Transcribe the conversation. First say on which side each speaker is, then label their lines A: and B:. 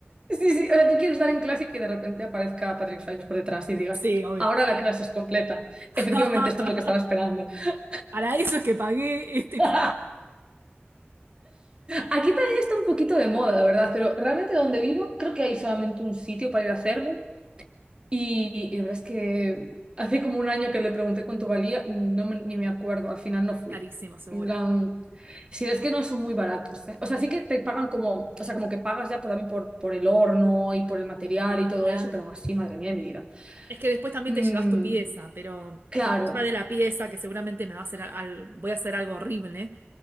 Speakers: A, on the right (about 25°); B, on the right (about 65°).
A: Sí, sí, o sea, tú quieres estar en clase y que de repente aparezca Patrick Swayze por detrás y digas,
B: Sí, obvio.
A: ahora la clase es completa.
B: <laughs>
A: Efectivamente, esto es lo que estaba esperando. <laughs>
B: Para eso es que pagué este
A: Aquí
B: curso.
A: también está un poquito de moda, la verdad, pero realmente donde vivo creo que hay solamente un sitio para ir a hacerlo. Y, y la verdad es que hace como un año que le pregunté cuánto valía y no me- ni me acuerdo, al final no fui.
B: Carísimo, seguro.
A: En plan, Sí, es que no son muy baratos, ¿eh? O sea, sí que te pagan como, o sea, como que pagas ya por, también por, por el horno y por el material y todo
B: Claro.
A: eso, pero aún así, madre mía, de mi vida.
B: Es que después también
A: Mm,
B: te llevas tu pieza, pero
A: claro,
B: más allá de la pieza, que seguramente me va a hacer al- voy a hacer algo horrible,